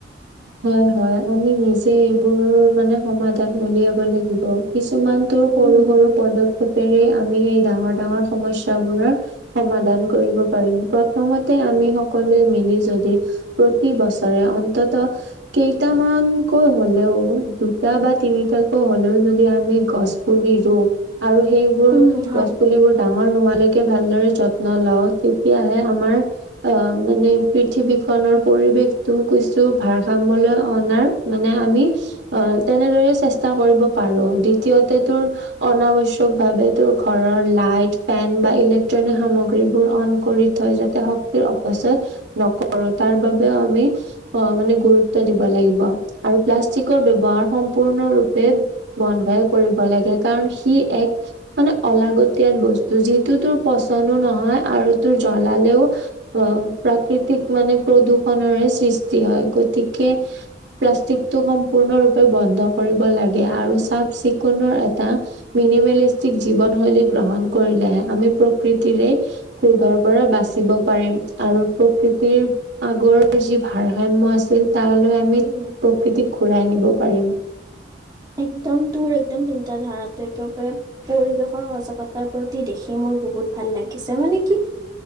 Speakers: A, on the right (about 85°); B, on the right (about 25°).
A: হয় হয় আমি নিজে এইবোৰ মানে সমাধান উলিয়াব লাগিব কিছুমান সৰু
B: উম
A: সৰু পদক্ষেপ আমি এই ডাঙৰ ডাঙৰ সমস্যা বোৰৰ সমাধান কৰিব পাৰিম প্ৰথমতে আমি সকলে মিলি যদি প্ৰতি বছৰে অন্তত কেইটামানকৈ হ'লেও দুটা বা তিনিটাকৈ হলেও যদি আমি গছ পুলি ৰু আৰু সেইবোৰ
B: উম হয়
A: গছ পুলিবোৰ ডাঙৰ নোহালৈক কে ভালদৰে যত্ন লও তেতিয়াহে আমাৰ আহ মানে পৃথিৱীখনৰ পৰি <unintelligible> ভাৰসাম্যলৈ অনাৰ মানে আমি অ তেনেদৰে চেষ্টা কৰিব পাৰো দ্বিতীয় তোৰ অনাব্যশ্কভাৱে তোৰ ঘৰৰ লাইট ফেন বা ইলেক্ট্ৰনিক সামগ্ৰীবোৰ অন কৰি থৈ যাতে শক্তিৰ অপচয় নকৰো তাৰ বাবেও আমি অ মানে গুৰুত্ব দিব লাগিব আৰু প্লাষ্টিকৰ ব্যৱহাৰ সম্পূৰ্ণৰূপে বন্ধ। কৰিব লাগে কাৰণ সি এক মানে অলাগতিয়াল বস্তু যিটো তোৰ পচন্দো নহ আৰু তোৰ জ্বলালেও অ প্ৰাকৃতিক মানে প্ৰদূষণৰে সৃষ্টি হয় গতিকে প্লাষ্টিকটো সম্পূৰ্ণৰূপে বন্ধ কৰিব লাগে আৰু চাফ চিকুণৰ এটা নিমিলিষ্টিক জীৱন শৈলী গ্ৰহণ কৰিলেহে আমি প্ৰকৃতিৰে ক্ৰোধৰ পৰা বাচ বাচিব পাৰিম আৰু প্ৰকৃতিৰ আগৰ যি ভাৰসাম্য আছিল তালৈ আমি
B: উম
A: প্ৰকৃতিক ঘূৰাই নিব পাৰিম
B: একদম তোৰ একদম তিটা ধাৰাতটো একেবাৰে পৰিৱেশৰ সজাগতাৰ প্ৰতি দেখি মোৰ বহুত ভাল লাগিছে মানে কি